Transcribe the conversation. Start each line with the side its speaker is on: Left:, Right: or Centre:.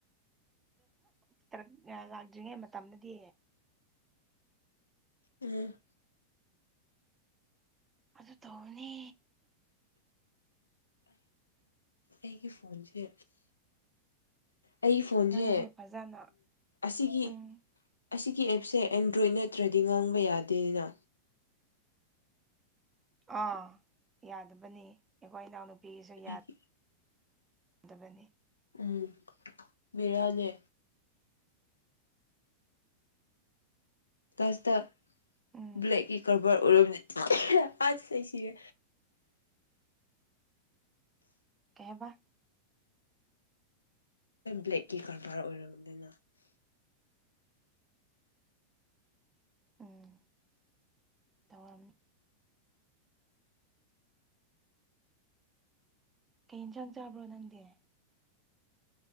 Right: ꯈꯔ ꯂꯥꯛꯇ꯭ꯔꯤꯉꯩ ꯃꯇꯝꯗꯗꯤ
Left: ꯎꯝ
Right: ꯑꯗꯨ ꯇꯣꯅꯤ
Left: ꯑꯩꯒꯤ ꯐꯣꯟꯁꯦ ꯑꯩ ꯐꯣꯟꯁꯦ
Right: ꯅꯪꯁꯦ ꯐꯖꯅ
Left: ꯑꯁꯤꯒꯤ
Right: ꯎꯝ
Left: ꯑꯁꯤꯒꯤ ꯑꯦꯞꯁꯦ ꯑꯦꯟꯗ꯭ꯔꯣꯏꯗ ꯅꯠꯇ꯭ꯔꯗꯤ ꯉꯥꯡꯕ ꯌꯥꯗꯦꯅ
Right: ꯑꯥ ꯌꯥꯗꯕꯅꯤ ꯑꯩꯈꯣꯏ ꯏꯅꯥꯎꯅꯨꯄꯤꯒꯤꯁꯨ
Left: ꯑꯩꯒꯤ
Right: ꯌꯥ ꯗꯕꯅꯤ
Left: ꯎꯝ ꯕꯤꯔꯥꯜꯂꯦ ꯀꯁꯤꯇ
Right: ꯎꯝ
Left: ꯕ꯭ꯂꯦꯛꯀꯤ ꯀꯔꯕꯥꯔ ꯑꯣꯏꯔꯝ ꯑꯁꯤꯒꯦ
Right: ꯀꯩꯕ
Left: ꯕ꯭ꯂꯦꯛꯀꯤ ꯀꯔꯕꯥꯔ ꯑꯣꯏꯔꯨꯗꯅ
Right: ꯎꯝ ꯇꯧꯔꯝꯅꯤ ꯀꯩ ꯌꯦꯟꯁꯥꯡ ꯆꯥꯕ꯭ꯔꯣ ꯅꯪꯗꯤ